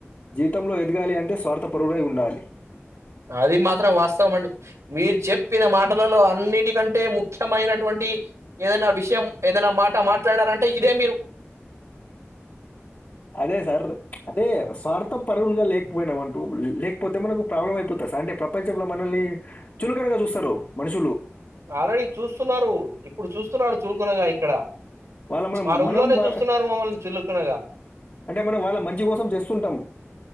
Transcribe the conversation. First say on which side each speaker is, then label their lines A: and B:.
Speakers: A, on the left; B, on the right.
A: జీవితంలో ఎదగాలి అంటే స్వార్థపరుడై ఉండాలి
B: అది మాత్రం వాస్తవం అండి మీరు చెప్పిన మాటలలో అన్నిటికంటే ముఖ్యమైనటువంటి ఏదనా విషయం ఏదైనా మాట మాట్లాడారంటే ఇదే మీరు
A: అదే సార్ అదే స్వార్థం పరువులుగా లేకపోయినా అంటూ లేకపోతే మనకు ప్రాబ్లం అయిపోతంది సార్ అంటే ప్రపంచంలో మనల్ని చులకనగా చూస్తారు మనుషు
B: ఆల్రెడీ చూస్తున్నారు ఇప్పుడు చూస్తున్నారు చులుకునగా ఇక్కడ
A: వాళ్ళ మనం
B: మా రూమ్
A: మనం
B: లోనే
A: వా-
B: చూస్తున్నారు మమ్మల్ని చులుకునగా
A: అంటే మనం వాళ్ళ మంచి కోసం చేస్తుంటాం.